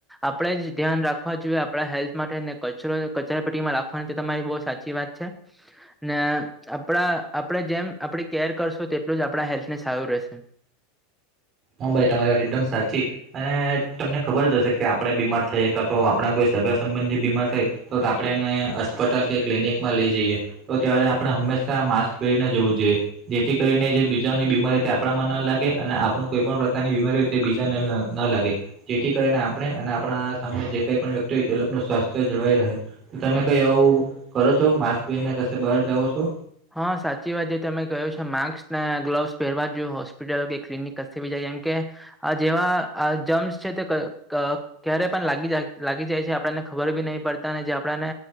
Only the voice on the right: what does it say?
હા ભાઈ તમારી વાત એકદમ સાચી અને તમને ખબર જ હશે કે આપડે બીમાર થઈએ કાતો આપડા કોઈ સગા સંબંધી બીમાર થાય તો તાપડે એને અસ્પટલ કે ક્લિનિકમાં લઈ જઈએ. તો ત્યારે આપણે હંમેશા માસ્ક પેરીને જવું જોઈએ. જેથી કરીને જે બીજાની બીમારી તે આપડામાં ન લાગે અને આપણું કોઈ પણ પ્રકારની બીમારી હોય તે બીજાને ન ન લાગે. જેથી કરીને આપણે અને આપણા સામે જે કાઈ પણ વ્યક્તિ હોય તે લોક સ્વાસ્થ્ય જળવાઈ રહે. તો તમે કઈ આવું કરો છો માસ્ક પેરીને કશે બહાર જાઓ છો?